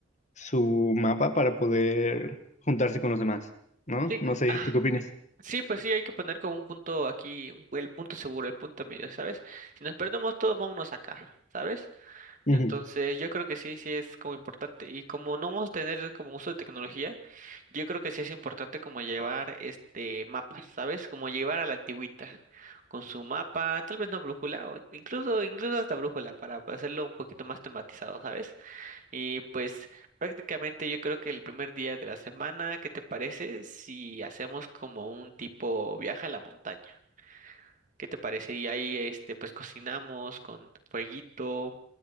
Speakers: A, on the left; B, on the right.
A: su mapa para poder juntarse con los demás, ¿no?
B: Sí,
A: No sé,
B: ah,
A: ¿tú qué opinas?
B: sí, pues sí, hay que poner como un punto aquí, un- el punto seguro, el punto medio, ¿sabes? Si nos perdemos todos, vámonos acá, ¿sabes?
A: Ujú.
B: Entonces, yo creo que sí, sí es como importante. Y como no vamos a tener como uso de tecnología, yo creo que sí es importante como llevar este mapas, ¿sabes? Como llevar a la antigüita, con su mapa, tal vez no brújula, o incluso, incluso hasta brújula, para hacerlo un poquito más tematizado, ¿sabes? Y pues prácticamente yo creo que el primer día de la semana, ¿qué te parece si hacemos como un tipo viaje a la montaña? ¿Qué te parece? Y ahí este pues cocinamos con fueguito,